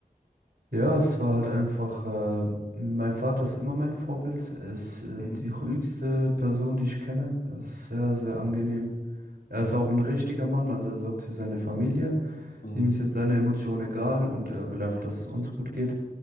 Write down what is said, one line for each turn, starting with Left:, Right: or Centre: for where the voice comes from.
Right: Ja, es war halt einfach, äh, mein Vater ist immer mein Vorbild. Er ist, äh,
Left: Mhm.
Right: die ruhigste Person, die ich kenne. Er ist sehr, sehr angenehm. Er
Left: Mhm.
Right: ist auch ein richtiger Mann, also er sorgt für seine Familie.
Left: Mhm.
Right: Ihm sind seine Emotionen egal und er will einfach, dass es uns gut geht.